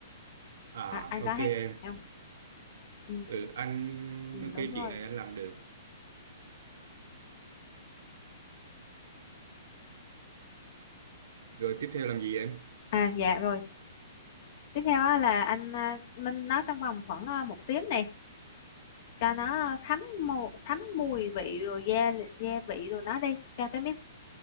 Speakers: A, on the right (about 65°); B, on the left (about 50°).
A: à
B: đó, anh
A: ok
B: có thấy
A: em
B: không ừ,
A: ừ anh
B: ừ,
A: nói
B: đúng
A: cái
B: rồi
A: chuyện này anh làm được rồi tiếp theo làm gì em
B: à dạ rồi tiếp theo á, là anh à, ninh nó trong vòng khoảng à, một tiếng này cho nó thấm mù, thấm mùi vị rồi gia li- gia vị rồi nó đi cho cái miếng